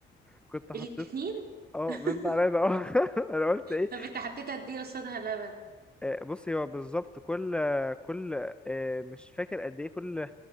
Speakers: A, in the centre; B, on the right (about 50°).
A: كنت حطيت
B: الاتنين
A: اه
B: <laughs>
A: من ده على ده اه <laughs> انا قلت ايه
B: طب انت حطيت قد ايه قصادها لبن
A: آه، بصي هو بالظبط كل آه، كل آه، مش فاكر قد ايه كل